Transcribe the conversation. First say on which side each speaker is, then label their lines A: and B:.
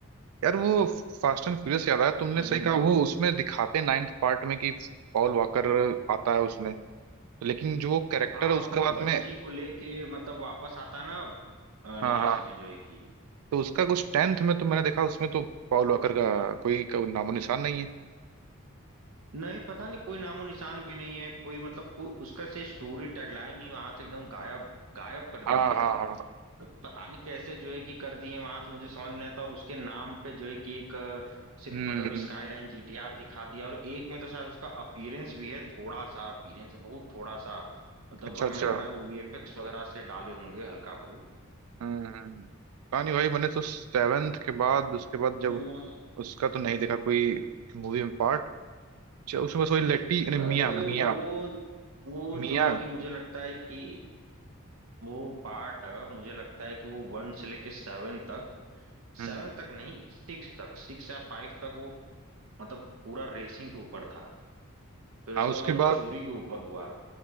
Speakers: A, on the right; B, on the right.
A: यार वो फास्ट एंड फ्यूरियस याद आया तुमने
B: हम्म
A: सही
B: हम्म।
A: कहा वो उसमें दिखाते नाइन्थ पार्ट में कि पॉल वॉकर आता है उसमें लेकिन जो वो कैरेक्टर
B: हाँ
A: है उसका
B: वो
A: बाद
B: बच्ची
A: में
B: को लेके मतलब वापस आता है ना लास्ट
A: हाँ हाँ
B: में जो है कि
A: तो उसका कुछ टेंथ में तो मैंने देखा उसमें तो पॉल वॉकर का कोई, कोई नामो निशान नहीं है
B: नहीं पता नहीं कोई नामो निशान भी नहीं है कोई मतलब कोई उसका से स्टोरी टैगलाइन ही वहां से एकदम गायब गायब कर दिए
A: हाँ
B: हैं सब
A: हाँ हाँ
B: तो पता नहीं कैसे जो है कि कर दिए वहां से मुझे समझ में नहीं आता और उसके नाम पे जो है कि एक अ, सिर्फ
A: हम्म
B: मतलब
A: हम्म,
B: स्काईलाइन जीटीआर दिखा दिया और एक में तो शायद उसका अपीयरेंस भी है थोड़ा सा अपीयरेंस बहुत थोड़ा सा मतलब
A: अच्छा अच्छा
B: हमें लग रहा है वो वीएफएक्स वगैरह से डाले होंगे हल्का बहुत
A: हम्म हम्म। पता नहीं भाई मैंने तो सेवेंथ के बाद उसके बाद जब
B: हम्म
A: उसका तो नहीं देखा कोई मूवी में पार्ट च- उसमें बस वही लेट्टी अरे
B: अरे
A: मिया मिया
B: वो वो
A: मिया
B: जो है कि मुझे लगता है कि वो पार्ट मुझे लगता है कि वो वन से लेके सेवन तक
A: हम्म
B: सेवन तक नहीं सिक्स तक सिक्स या फाइव तक वो मतलब पूरा रेसिंग के ऊपर था फिर उसके
A: हाँ उसके
B: बाद वो
A: बाद
B: चोरी के ऊपर हुआ